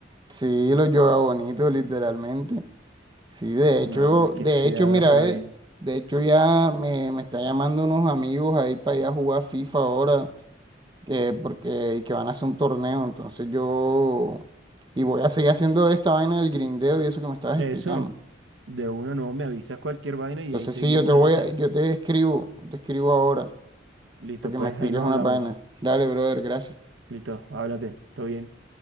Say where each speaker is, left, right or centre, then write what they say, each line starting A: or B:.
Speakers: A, on the right; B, on the right.
A: Sí, lo yoga bonito, literalmente. Sí, de
B: No,
A: hecho,
B: hombre, es que
A: de
B: si
A: hecho,
B: agarra
A: mira, eh,
B: ahí.
A: de hecho ya me, me están llamando unos amigos ahí para ir a jugar FIFA ahora, que, porque, y que van a hacer un torneo, entonces yo, y voy a seguir haciendo esta vaina del grindeo y eso que me estabas
B: Eso,
A: explicando.
B: de una no me avisas cualquier vaina y
A: Entonces
B: ahí seguimos
A: sí, yo te voy
B: en esa.
A: a, yo te escribo, te escribo ahora,
B: Listo,
A: para que
B: pues
A: me expliques
B: ahí nos
A: una
B: hablamos.
A: vaina. Dale, brother, gracias.
B: Listo, háblate, todo bien.